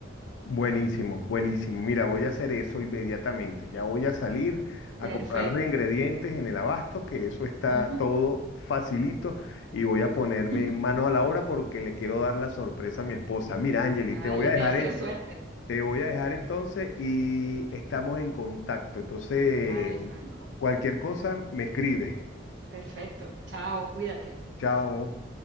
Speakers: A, on the left; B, on the right.
A: Buenísimo, buenísimo. Mira, voy a hacer eso inmediatamente. Ya voy a salir a
B: Perfecto.
A: comprar los ingredientes en el abasto, que eso está
B: Ujú.
A: todo facilito, y voy a ponerme
B: <laughs>
A: manos a la obra porque le quiero dar la sorpresa a mi esposa. Mira, Angeli,
B: Dale,
A: te voy a dejar
B: te deseo
A: en,
B: suerte.
A: te voy a dejar entonces y estamos en contacto. Entonces,
B: Dale, Franco.
A: cualquier cosa, me escribe.
B: Perfecto. Chao, cuídate.
A: Chao.